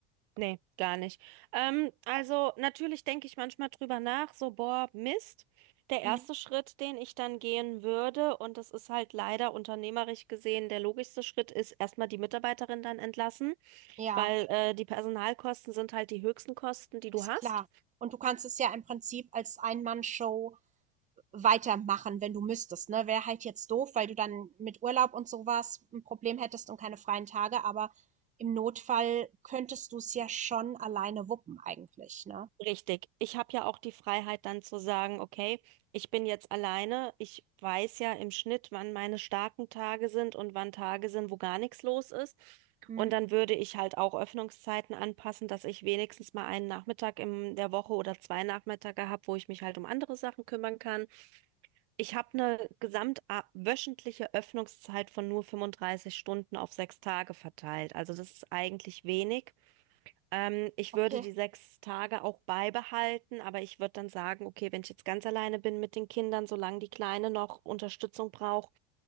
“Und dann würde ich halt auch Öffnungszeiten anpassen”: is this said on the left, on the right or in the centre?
Right